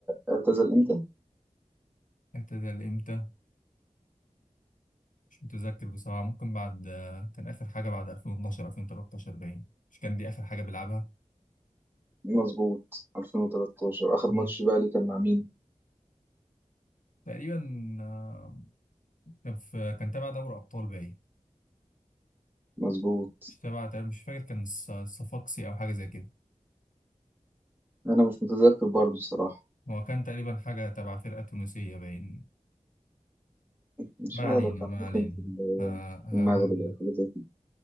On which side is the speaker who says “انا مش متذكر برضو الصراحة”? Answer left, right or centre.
Right